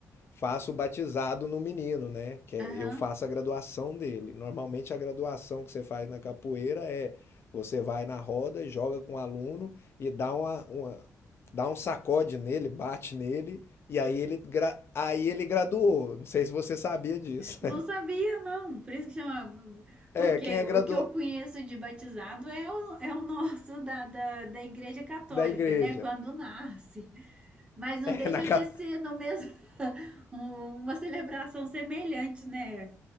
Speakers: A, on the left (about 45°); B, on the right (about 20°).
A: faço o batizado no menino, né? Que é-
B: Aham.
A: eu faça a graduação dele. Normalmente a graduação que você faz na capoeira é você vai na roda e joga com o aluno e dá uma, uma- dá um sacode nele, bate nele e aí ele gra- aí ele graduou. Não sei se você sabia disso. <laughs>
B: Não sabia, não. Por isso que chama.
A: É,
B: Porque
A: quem é
B: o
A: graduado
B: que eu conheço de batizado é o, é o nosso da, da, da Igreja Católica,
A: da igreja.
B: né? Quando nasce. Mas não
A: É,
B: deixa
A: na, ca-
B: de ser no mesmo <laughs> um- uma celebração semelhante, né?